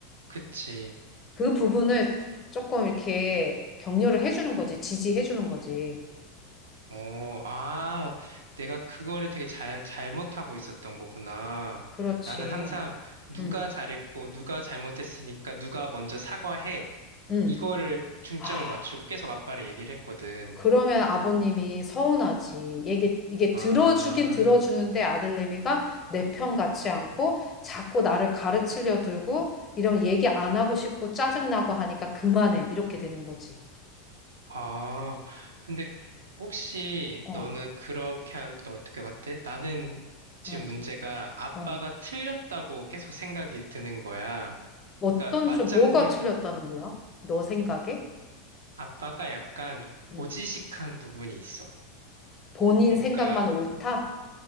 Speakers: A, on the right; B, on the left.
A: 그치.
B: 그 부분을 조금 이렇게 격려를 해주는 거지, 지지해주는 거지.
A: 어, 아, 내가 그거를 되게 잘, 잘못하고 있었던 거구나.
B: 그렇지.
A: 나는 항상 누가
B: 응,
A: 잘했고, 누가 잘못했으니까 누가 먼저 사과해.
B: 응.
A: 이거를 중점을
B: 아.
A: 맞추고 계속 아빠랑 얘기를 했거든.
B: 그러면 아버님이 서운하지. 이게, 이게
A: 아,
B: 들어주긴 들어주는데 아들내미가 내 편 같지 않고 자꾸 나를 가르치려 들고 이러면 얘기 안 하고 싶고 짜증나고 하니까 그만해. 이렇게 되는 거지.
A: 아. 근데 혹시
B: 어,
A: 너는 그렇게 할 때 어떻게 같아? 나는 지금
B: 어,
A: 문제가 아빠가
B: 어.
A: 틀렸다고 계속 생각이 드는 거야.
B: 어떤
A: 그러니까 맞장구
B: 좀 뭐가 틀렸다는 거야? 너 생각에?
A: 아빠가 약간
B: 응.
A: 고지식한 부분이 있어.
B: 본인
A: 그러니까
B: 생각만 옳다?